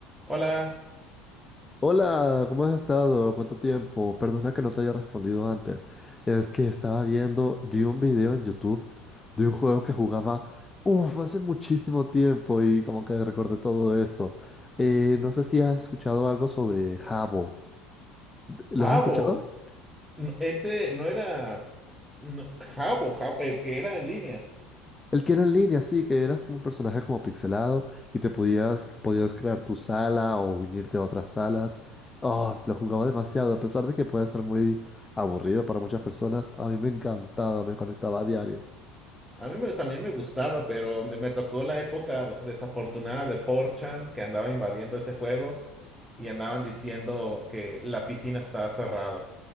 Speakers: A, in the centre; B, on the left.
A: Hola,
B: Hola, ¿cómo has estado? ¿Cuánto tiempo? Perdona que no te haya respondido antes. Es que estaba viendo, vi un video en YouTube de un juego que jugaba, uff, hace muchísimo tiempo y como que recordé todo eso. Eh, no sé si has escuchado algo sobre Habbo. ¿Lo
A: Jabo.
B: has escuchado?
A: No, ese no era no, Jabo, Ja- el que era en línea.
B: El que era en línea, sí, que eras como un personaje como pixelado y te podías, podías crear tu sala o unirte a otras salas. Oh, lo jugaba demasiado, a pesar de que puede ser muy aburrido para muchas personas, a mí me encantaba, me conectaba a diario.
A: A mí me- también me gustaba, pero me, me tocó la época do- desafortunada de 4chan que andaba invadiendo ese juego y andaban diciendo que la piscina estaba cerrada.